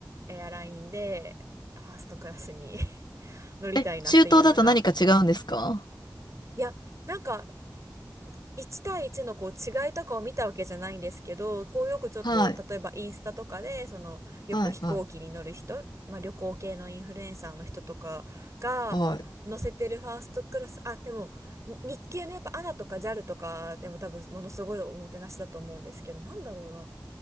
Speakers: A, on the right; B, on the left.
A: エアラインでファーストクラスに <laughs> 乗りたいなっていうのが。
B: え、中東だと何か違うんですか
A: いや、なんか1対1のこう違いとかを見たわけじゃないんですけど、こうよくちょっと例えばインスタとかでそのよく飛行機に乗る人、
B: はい。はい。は
A: まあ、旅行系のインフルエンサーの人とかが乗せてるファーストクラス、
B: い。はい。
A: あ、でもに日系のやっぱ ANA とか JAL とかでも多分ものすごいおもてなしだと思うんですけど、なんだろうな、